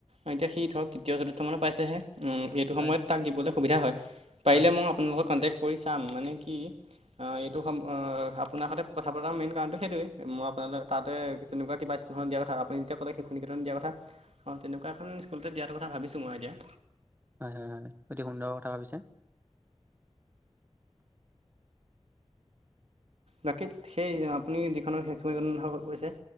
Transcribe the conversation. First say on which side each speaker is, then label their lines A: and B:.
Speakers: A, on the right; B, on the right.
A: অ', এতিয়া সি ধৰক তৃতীয় চতুৰ্থ মানত পাইছেহে। উম, এই টো সময়ত
B: হয়
A: তাক দিবলৈ সুবিধা হয়। পাৰিলে
B: হয়
A: মই আপোনাৰ লগত কণ্টেক্ট কৰি চাম, মানে কি অ', এইটো সম আপোনাৰ সৈতে কথা পতাৰ মেইন কাৰণটো সেইটোৱেই। মই আপোনাল তাতে তেনেকুৱা কিবা স্কু অ', দিয়াৰ কথা আপুনি যেতিয়া ক'লে শিশুনিকেতন দিয়া কথাঁ, অ', তেনেকুৱা এখন স্কুলতে দিয়াটো কথা ভাবিছোঁ মই এতিয়া।
B: হয়, হয়, হয়। অতি সুন্দৰ কথা ভাবিছে।
A: বাকী সেই আপুনি যিখনৰ শিশু নিকেতন কথা কৈছে,